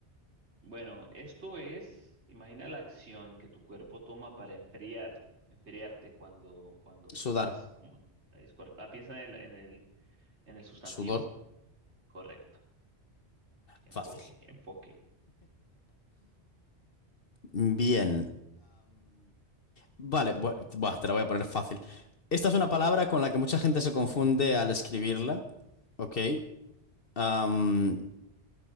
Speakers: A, on the right; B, on the left.
A: Bueno, esto es, imagina la acción que tu cuerpo toma para enfriar, enfriarte cuando, cuando
B: Sudar,
A: pues estás como, es corre- Ah, piensa en el, en el, en el sustantivo,
B: sudor,
A: correcto. Enfoque,
B: fácil.
A: enfoque.
B: Bien. Vale, bueno, buah, te la voy a poner fácil. Esta es una palabra con la que mucha gente se confunde al escribirla, ¿ok? Am,